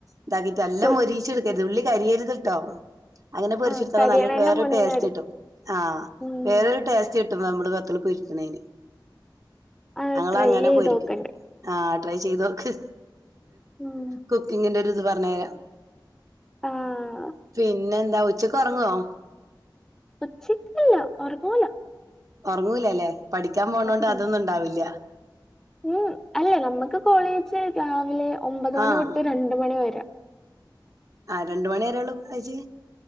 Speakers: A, on the right (about 45°); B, in the centre.
A: ഇതാക്കിട്ട് എല്ലാം
B: പൊ
A: മൊരീച്ച് എടുക്കരുത് ഉള്ളി കരിയരുത് കേട്ടോ അങ്ങനെ പൊരിച്ചിടുത്ത
B: ആഹ് കരിയണേന്റെ
A: നല്ല വേറൊരു
B: മുന്നെട്
A: ടേസ്റ്റ് കട്ടും ആഹ്
B: ഉം
A: വേറൊരു ടേസ്റ്റ് റ്റിട്ടും ഞമ്മള് വത്തല് പൊരിക്കണേന്
B: അത്
A: ഞങ്ങൾ
B: ട്രൈ
A: അങ്ങനെ
B: ചെയ്ത്
A: പോരിക്കും
B: നോക്കണ്ട്
A: ആഹ് ട്രൈ ചെയ്ത് നോക്ക്
B: ഉം
A: കുക്കിങ്ങിന്റെ ഒര് ഇത് പറഞ്ഞ് തരാം
B: ആഹ്
A: പിന്നെ എന്താ ഉച്ചക്ക് ഒറങ്ങുവോ
B: ഉച്ചക്ക്ല്ല ഓറങ്ങുല
A: ഒറങ്ങൂല അല്ലേ പഠിക്കാൻ പോണോണ്ട്
B: ഉം
A: അതൊന്നും ഒണ്ടാവൂല്ല
B: ഉം അല്ല നമുക്ക് കോളേജ് രാവിലെ ഒമ്പത് മണി
A: ആഹ്
B: തൊട്ട് രണ്ട് മണി വരെ
A: ആഹ് രണ്ടു മണി വരേ ഉള്ളൂ കോളേജ്